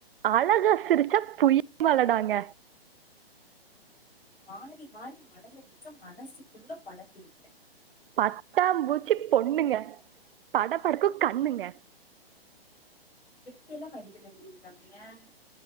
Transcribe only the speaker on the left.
மாறி மாறி மழயை விக்க மனசுக்குள்ள கொடபிடிக்க
எப்படியெல்லாம் பதிவுல எழுதிருக்காங்கீங்க ஏன்